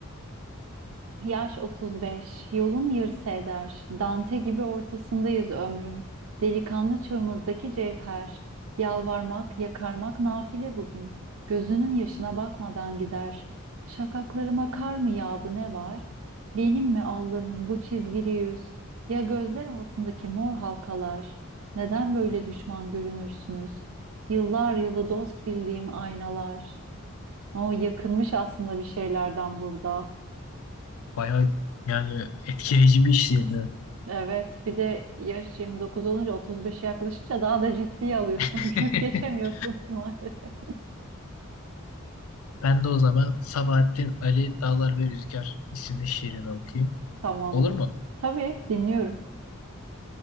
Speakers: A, on the right; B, on the left.
A: Yaş 35, yolun yarısı eder. Dante gibi ortasındayız ömrün. Delikanlı çığımızdaki cevher. Yalvarmak, yakarmak nafile bugün. Gözünün yaşına bakmadan gider. Şakaklarıma kar mı yağdı ne var? Benim mi Allah'ım bu çizgili yüz? Ya gözler altındaki mor halkalar? Neden böyle düşman görünürsünüz? Yıllar yılı dost bildiğim aynalar. O yakınmış aslında bir şeylerden burada.
B: Bayağı yani etkileyici bir şiirdi.
A: Evet, bir de yaş 29 olunca 35'e yaklaşınca daha da ciddiye alıyorsun.
B: <laughs>
A: <laughs> Gülüp geçemiyorsun <laughs> maalesef.
B: Ben de o zaman Sabahattin Ali Dağlar ve Rüzgar isimli şiirini okuyayım.
A: Tamamdır.
B: Olur mu?
A: Tabii dinliyorum.